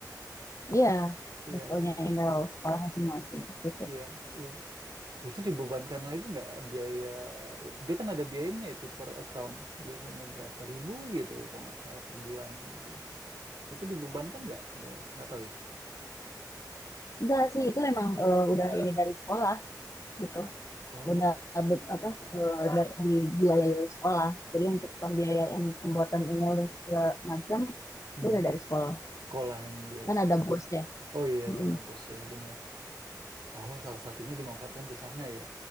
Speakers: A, on the left; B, on the right.
A: Iya,
B: Iya,
A: udah punya
B: iya,
A: email sekolah masing-masing gitu.
B: iya. iya. Itu dibebankan lagi nggak biaya? Dia kan ada biayanya itu per account. Biasanya berapa ribu gitu loh, kalau nggak salah per bulan gitu. Itu dibebankan nggak? Dia nggak tahu ya.
A: Enggak sih, itu emang eh, udah ini dari sekolah gitu.
B: Oh,
A: Udah be- apa eh, dari dibiayai oleh sekolah. Jadi untuk pembiayaan pembuatan email dan segala macam
B: mhm.
A: itu udah dari sekolah.
B: Sekolah yang biaya
A: Kan
B: semua.
A: ada bos ya.
B: Oh iya,
A: Mm-mm.
B: dana bos ya benar. Oh, salah satunya dimanfaatkan ke sana ya.